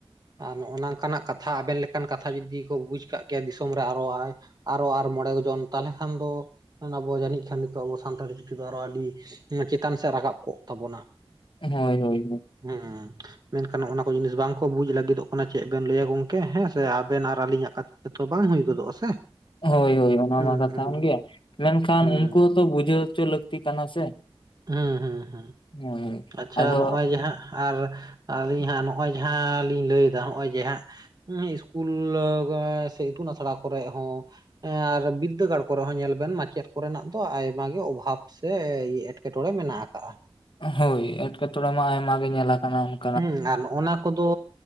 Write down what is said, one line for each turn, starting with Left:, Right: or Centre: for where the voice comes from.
Right: ᱟᱨ ᱱᱚᱜᱼᱚ ᱱᱚᱝᱠᱟᱱᱟᱜ ᱠᱟᱛᱷᱟ ᱟᱵᱮᱱ ᱞᱮᱠᱟᱱ ᱠᱟᱛᱷᱟ ᱡᱩᱫᱤ ᱠᱚ ᱵᱩᱡᱽ ᱠᱟᱜ ᱠᱮᱭᱟ ᱫᱤᱥᱚᱢ ᱨᱮ ᱟᱨᱚ ᱟᱭ ᱟᱨᱚ ᱟᱨ ᱢᱚᱬᱮ ᱜᱚᱡᱚᱱ ᱛᱟᱦᱚᱞᱮ ᱠᱷᱟᱱ ᱫᱚ ᱟᱵᱚ ᱡᱟᱹᱱᱤᱡ ᱠᱷᱟᱱ ᱱᱤᱛᱚᱜ ᱟᱵᱚ ᱥᱟᱱᱛᱟᱲᱤ ᱪᱤᱠᱤ ᱫᱚ ᱟᱨᱚ ᱟᱹᱰᱤ ᱪᱮᱛᱟᱱ ᱥᱮᱫ ᱨᱟᱠᱟᱵ ᱠᱚᱜ ᱛᱟᱵᱚᱱᱟ᱾
Left: ᱦᱳᱭ ᱦᱳᱭ
Right: ᱦᱮᱸ ᱢᱮᱱᱠᱷᱟᱱ ᱚᱱᱟ ᱠᱚ ᱡᱤᱱᱤᱥ ᱵᱟᱝᱠᱚ ᱵᱩᱡ ᱞᱟᱹᱜᱤᱫᱚᱜ ᱠᱟᱱᱟ ᱪᱮᱫ ᱵᱮᱱ ᱞᱟᱹᱭᱟ ᱜᱚᱝᱠᱮ ᱦᱮᱸ ᱥᱮ ᱟᱵᱮᱱ ᱟᱨ ᱟᱹᱞᱤᱧᱟᱜ ᱠᱟᱛᱷᱟ ᱛᱮᱛᱚ ᱵᱟᱝ ᱦᱩᱭ ᱜᱚᱫᱚᱜᱼᱟ ᱥᱮ᱾
Left: ᱦᱳᱭ ᱦᱳᱭ ᱚᱱᱟ
Right: ᱦᱩᱸ
Left: ᱢᱟ ᱠᱟᱛᱷᱟ
Right: ᱦᱩᱸ
Left: ᱠᱟᱱ ᱜᱮᱭᱟ ᱢᱮᱱᱠᱷᱟᱱ
Right: ᱦᱩᱸ
Left: ᱩᱱᱠᱩ ᱛᱚ ᱵᱩᱡᱷᱟᱹᱣ ᱦᱚᱪᱚ ᱞᱟᱹᱠᱛᱤ ᱠᱟᱱᱟ ᱥᱮ᱾
Right: ᱦᱮᱸ ᱦᱮᱸ ᱦᱮᱸ,
Left: ᱦᱳᱭ
Right: ᱟᱪᱪᱷᱟ
Left: ᱟᱫᱚ
Right: ᱱᱚᱜᱼᱚᱭ ᱦᱟᱸᱜ ᱟᱨ ᱟᱨ ᱟᱹᱞᱤᱧ ᱦᱟᱸᱜ ᱱᱚᱜᱼᱚᱭ ᱡᱟᱦᱟᱸ ᱞᱤᱧ ᱞᱟᱹᱭᱫᱟ ᱱᱚᱜᱼᱚᱭ ᱡᱟᱸᱦᱟ ᱤᱥᱠᱩᱞ ᱥᱮ ᱤᱛᱩᱱ ᱟᱥᱲᱟ ᱠᱚᱨᱮᱜ ᱦᱚᱸ ᱟᱨ ᱵᱤᱫᱽᱫᱟᱹᱜᱟᱲ ᱠᱚᱨᱮ ᱦᱚᱸ ᱧᱮᱞ ᱵᱮᱱ ᱢᱟᱪᱮᱫ ᱠᱚᱨᱮᱱᱟᱜ ᱫᱚ ᱟᱭᱢᱟ ᱜᱮ ᱚᱵᱷᱟᱵ ᱥᱮ ᱮᱢᱠ ᱠᱮ ᱴᱚᱬᱮ ᱢᱮᱱᱟᱜ ᱠᱟᱜᱼᱟ᱾
Left: ᱦᱳᱭ ᱮᱴᱠᱮᱴᱚᱲᱮ ᱢᱟ ᱟᱭᱢᱟ ᱜᱮ ᱧᱮᱞ ᱠᱟᱱᱟ,
Right: ᱦᱩᱸ ᱟᱨ ᱱᱚᱜᱼᱱᱟ ᱠᱚᱫᱚ